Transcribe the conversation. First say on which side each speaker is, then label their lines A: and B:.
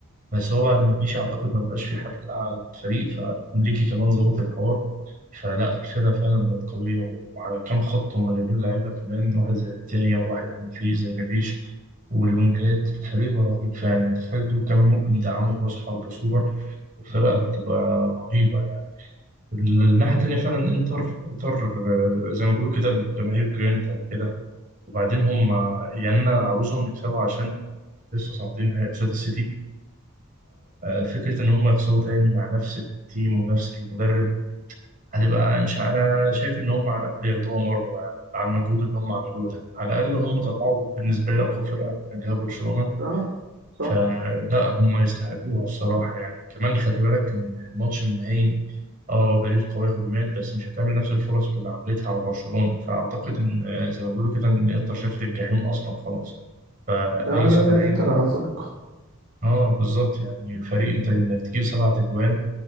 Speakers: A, on the right (about 40°); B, on the right (about 60°).
A: بس هو بعد ما مشي اعتقد ما بقاش في حد اعلى من الفريق فانريكي كمان ظبط الحوار فلا الفرقه فعلا بقت قويه وعلى كام خط هم جايبين لعيبه كمان واحد زي فيتينيا وواحد من فيه زي نفيش والوينجات الفريق بقى رهيب فعلا انت تخيل دول كمان ممكن يدعموا براس حرب سوبر الفرقه هتبقى رهيبه يعني الناحيه التانيه فعلا انتر انتر آه، زي ما بيقولوا كده الجماهير جرينتا وكده وبعدين هم يعني انا عاوزهم يكسبوا عشان لسه صاعدين نهائي قصاد السيتي فكرة إن هم يخسروا تاني مع نفس التيم ونفس المدرب هتبقى مش ه- أنا شايف إن هم على الأقل ياخدوها مرة مع المجهود اللي هم عملوه ده على الأقل هم طلعوا بالنسبة لي أقوى فرقة اللي هي برشلونة
B: اه صح
A: فلا هم يستحقوها الصراحة يعني كمان خلي بالك إن الماتش النهائي اه باريس قوية هجوميا بس مش هتعمل نفس الفرص اللي عملتها على برشلونة فأعتقد إن زي ما بيقولوا كده إن الإنتر شافت الجحيم أصلا خلاص فأي
B: اه لا
A: سيناريو
B: لا انتر عن سلق
A: اه بالظبط يعني فريق انت انك تجيب سبعة اجوان